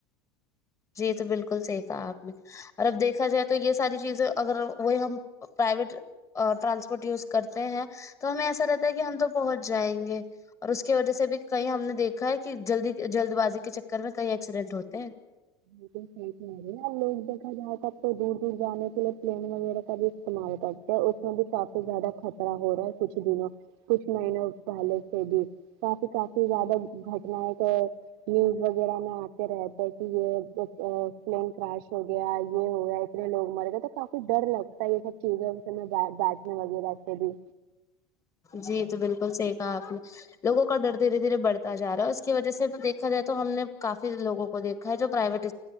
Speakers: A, on the left; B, on the right.
A: جی یہ تو بالکل صحیح کہا آپ نے اور اب دیکھا جائے تو یہ ساری چیزیں اگر وہی ہم پرائیویٹ اور ٹرانسپورٹ یوز کرتے ہیں تو ہمیں ایسا رہتا ہے کہ ہم تو پہنچ جائیں گے اور اس کی وجہ سے بھی کہیں ہم نے دیکھا ہے کہ جلدی جلد بازی کے چکر میں کہیں ایکسیڈنٹ ہوتے ہیں
B: بالکل صحیح کہہ رہی اللہ ہی بہتر جانتا لوگ دیکھا جائے تب تو دور دور جانے کے لیے پلین وغیرہ کا بھی استعمال کرتے ہے اس میں بھی کافی زیادہ خطرہ ہو رہا ہے کچھ دنوں کچھ مہینوں پہلے سے بھی کافی کافی زیادہ گھٹانیں تو نیوز وغیرہ میں آتے رہتے کہ یہ پلین کراش ہو گیا یہ ہو گیا اتنے لوگ مر گئے تو کافی ڈر لگتا ہے یہ سب چیزیں بانجنے وغیرہ سے بھی
A: جی تو بالکل صحیح کہا آپ نے لوگوں کا ڈر دھیرے دھیرے بڑتا جا رہا ہے اس کی وجہ سے دیکھا جائے تو ہم نے کافی لوگوں کو دیکھ ا جو پرائیویٹ